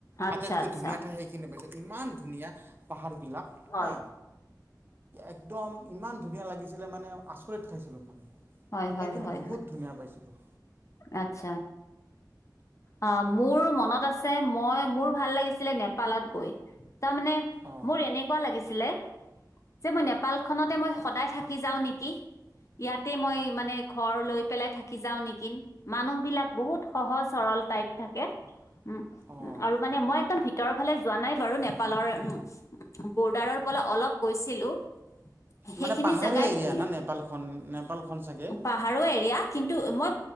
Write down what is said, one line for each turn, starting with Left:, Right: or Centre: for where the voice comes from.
Left: আচ্ছা।
Right: আটাইতকৈ
Left: আচ্ছা
Right: ধুনীয়া ঠাই সেইখিনি পাইছো, ইমান ধুনীয়া পাহাৰ বিলাক
Left: হয়
Right: হা। একদম ইমান ধুনীয়া লাগিছিলে মানে আচৰিত খাইছিলো মই।
Left: হয় হয়
Right: সেইখিনি
Left: হয়
Right: বহুত
Left: হয়
Right: ধুনীয়া পাইছিলোঁ।
Left: আচ্ছা। অ' মোৰ মনত আছে মই মোৰ ভাল লাগিছিলে নেপালত গৈ। তাৰমানে
Right: অঁ
Left: মোৰ এনেকুৱা লাগিছিলে যে মই নেপালখনতে মই সদায় থাকি যাওঁ নেকি! ইয়াতে মই মানে ঘৰ লৈ পেলাই থাকি যাও নেকিন! মানুহ বিলাক বহুত সহজ সৰল টাইপ থাকে উম
Right: অঁ
Left: উ আৰু মানে মই একদম ভি তৰৰ ফালে যোৱা নাই বাৰু নেপালৰ উ বৰ্ডাৰৰ পৰা অলপ গৈছিলো। <inaudible> সেইখিনি
Right: মানে পাহাৰীয়া
Left: জাগাই
Right: এৰিয়া
Left: ধুনীয়া।
Right: না নেপালখন নেপালখন চাগে
Left: পাহাৰো এৰিয়া কিন্তু মই